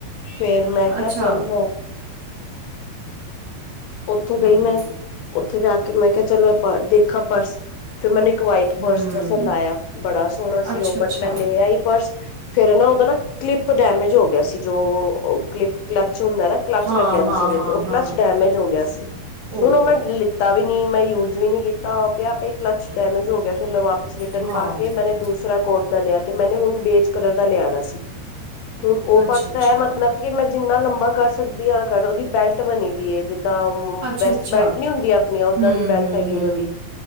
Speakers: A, on the left; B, on the right.
A: ਫੇਰ ਮੈਂ ਕਿਆ
B: ਅੱਛਾ,
A: ਚੱਲ ਮੈ ਉੱਥੇ
B: ਹਾਂ,
A: ਗਈ ਮੈਂ ਉੱਥੇ ਜਾ ਕੇ ਮੈਂ ਕਿਹਾ ਚਲ ਮੈਂ ਪਰ ਦੇਖਾ ਪਰਸ ਫੇਰ ਮੈਨੇ ਇੱਕ ਵਾਈਟ ਪਰਸ
B: ਹੂੰ,
A: ਪਸੰਦ ਆਇਆ ਬੜਾ ਸੋਹਣਾ ਸੀ
B: ਅੱਛਾ-ਅੱਛਾ,
A: ਉਹ ਬਟ ਮੈਂ ਲੇ ਆਈ ਪਰਸ ਫੇਰ ਨਾ ਉਹਦਾ ਨਾ ਕਲਿੱਪ ਡੈਮੇਜ ਹੋ ਗਿਆ ਸੀ ਜੋ ਅਹ ਕਲਿੱਪ ਕਲੱਚ ਹੁੰਦਾ ਨਾ ਕਲਚ
B: ਹਾਂ-ਹਾਂ,
A: ਲੱਗਿਆ ਦਾ ਸੀ ਉਹਦੇ
B: ਹਾਂ-ਹਾਂ,
A: ਤੇ ਉਹ ਕਲਚ ਡੈਮੇਜ ਹੋ ਗਿਆ ਸੀ
B: ਓ
A: ਹੁਣ ਉਹ
B: ਹੋ,
A: ਮੈਂ ਕੀਤਾ ਵੀ ਨੀ ਮੈਂ ਯੂਜ ਵੀ ਨੀ ਕੀਤਾ ਉ ਪਿਆ ਪਿਆ ਈ ਕਲਚ ਡੈਮੇਜ ਹੋ ਗਿਆ ਫੇਰ ਮੈਂ ਵਾਪ ਪਸ ਰਿਟਰਨ
B: ਹਾਂ।
A: ਪਾ ਕੇ ਮੈੇ ਦੂਸਰਾ ਕੋਟ ਦਾ ਲਿਆ ਤੇ ਮੈਨੇ ਹੁਣ ਬੇਜ ਕਲਰ ਦਾ ਲਿਆਣਾ ਸੀ ਹੁਣ ਉਹ
B: ਅੱਛਾ-ਅੱਛਾ,
A: ਪਰਸ ਤਾਂ ਇਹ ਮਤਲਬ ਕਿ ਮੈਂ ਜਿੰਨਾ ਲੰਬਾ ਕਰ ਸ ਸਕਦੀ ਆਂ ਕਰ ਉਦੀ ਬੈਲਟ ਬਣੀ ਦੀ ਏ ਜ ਦਾ
B: ਅੱਛਾ-ਅੱਛਾ,
A: ਬੈਸਟ ਬੈਲਟ ਨੀ ਹੁੰਦੀਆਂ ਆਪਣੀਆਂ ਓਦਾਂ
B: ਹੂੰ-ਹੂੰ-ਹੂੰ,
A: ਦੀ ਬੈਲਟ ਹੈਗੀ ਉਹਦੀ